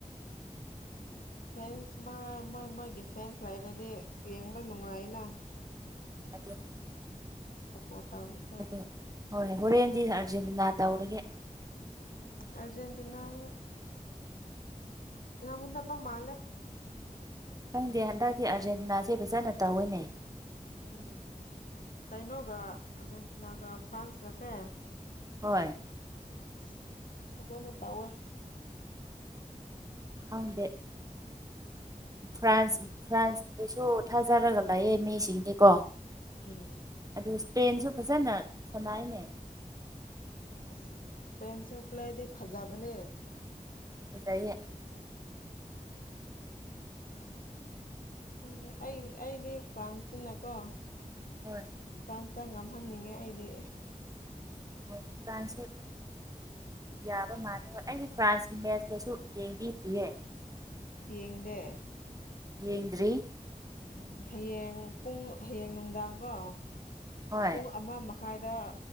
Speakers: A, on the left; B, on the right.
A: ꯐꯦꯟꯁ ꯃꯥ ꯃꯣꯏ ꯃꯣꯏꯒꯤ ꯐꯦꯟꯁ ꯂꯩꯔꯗꯤ ꯌꯦꯡꯕ ꯅꯨꯡꯉꯥꯏꯅ
B: ꯑꯗꯨꯅꯤ
A: ꯐꯣꯜ ꯇꯧꯕꯨꯁꯨ
B: ꯑꯗꯨ ꯍꯣꯏ ꯍꯣꯔꯦꯟꯗꯤ ꯑꯥꯔꯖꯦꯟꯇꯤꯅꯥ ꯇꯧꯔꯒꯦ
A: ꯎꯝ ꯑꯔꯖꯦꯟꯇꯤꯅꯥꯅ ꯉꯝꯒꯗꯕ ꯃꯥꯜꯂꯦ
B: ꯈꯪꯗꯦ ꯍꯟꯗꯛꯇꯤ ꯑꯥꯔꯖꯦꯟꯇꯤꯅꯥꯁꯦ ꯐꯖꯅ ꯇꯧꯋꯤꯅꯦ
A: ꯎꯝ ꯀꯩꯅꯣꯒ ꯑꯔꯖꯦꯟꯇꯤꯅꯥꯒ ꯐ꯭ꯔꯥꯟꯁꯒꯁꯦ
B: ꯍꯣꯏ
A: ꯑꯁ ꯐꯖꯅ ꯇꯧꯋꯦ
B: ꯈꯪꯗꯦ ꯐ꯭ꯔꯥꯟꯁ ꯐ꯭ꯔꯥꯟꯁꯗꯁꯨ ꯊꯥꯖꯔꯒ ꯂꯩꯌꯦ ꯃꯤꯁꯤꯡꯗꯤꯀꯣ
A: ꯎꯝ
B: ꯑꯗꯨ ꯏꯁꯄꯦꯟꯁꯨ ꯐꯖꯅ ꯁꯅꯥꯏꯅꯦ
A: ꯏꯁꯄꯦꯟꯁꯨ ꯄ꯭ꯂꯦꯗꯤ ꯐꯖꯕꯅꯦ
B: <unintelligible>
A: ꯑꯣ ꯑꯩ ꯑꯩꯗꯤ ꯐ꯭ꯔꯥꯟꯁꯅꯤꯅꯀꯣ
B: ꯍꯣꯏ
A: ꯐ꯭ꯔꯥꯟꯁꯇ ꯉꯝꯍꯟꯅꯤꯡꯉꯦ ꯑꯩꯗꯤ
B: ꯑꯣ ꯇꯥꯟꯁꯤ ꯌꯥꯕ ꯃꯥꯥꯟꯂꯕ ꯑꯩꯅ ꯐ꯭ꯔꯥꯟꯁꯀꯤ ꯃꯦꯠꯁ ꯀꯩꯁꯨ ꯂꯦꯡꯕꯤꯗꯌꯦ
A: ꯌꯦꯡꯗꯦ
B: ꯌꯦꯡꯗ꯭ꯔꯤ
A: ꯎꯝ ꯍꯌꯦꯡ ꯄꯨꯡ ꯍꯌꯦꯡ ꯅꯨꯡꯗꯥꯡꯀꯣ
B: ꯍꯣꯏ
A: ꯄꯨꯡ ꯑꯃ ꯃꯈꯥꯏꯗ